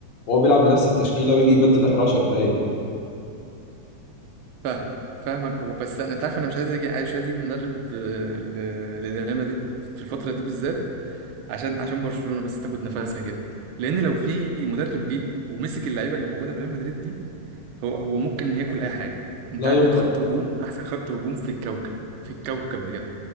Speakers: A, on the left; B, on the right.
A: وهو بيلعب بنفس التشكيله ويجي يبدل اخر 10 دقائق
B: فاهم فاهمك هو بس انا تعرف انا مش عايز يجي مش عايز يجي مدرب آه، ل- للريال مدريد في الفتره دي بالذات عشان عشان برشلونه بس تاخد نفسها كده لان لو في مدرب جه ومسك اللعيبه اللي موجوده في ريال مدريد دي هو هو ممكن ياكل اي حاجه
A: لا
B: انت عندك
A: يقهر
B: خط هجوم احسن خط هجوم في الكوكب في الكوكب بجد